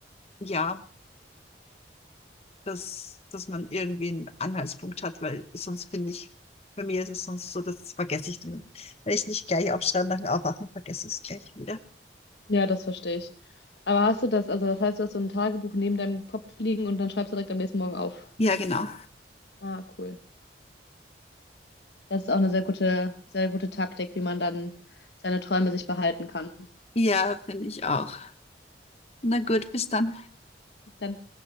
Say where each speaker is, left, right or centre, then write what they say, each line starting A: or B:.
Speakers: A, on the left; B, on the left.
A: ja. dass, dass man irgendwie einen Anhaltspunkt hat, weil sonst finde ich, bei mir ist es sonst so, das vergesse ich dann. Wenn ich es nicht gleich aufschreibe nach dem Aufwachen, vergesse ich es gleich wieder.
B: Ja, das verstehe ich. Aber hast du das, also das heißt, du hast so ein Tagebuch neben deinem Kopf liegen und dann schreibst du direkt am nächsten Morgen auf.
A: Ja, genau.
B: Ah, cool. Das ist auch eine sehr gute, sehr gute Taktik, wie man dann seine Träume sich behalten kann.
A: Ja, finde ich auch. Na gut, bis dann.
B: Dann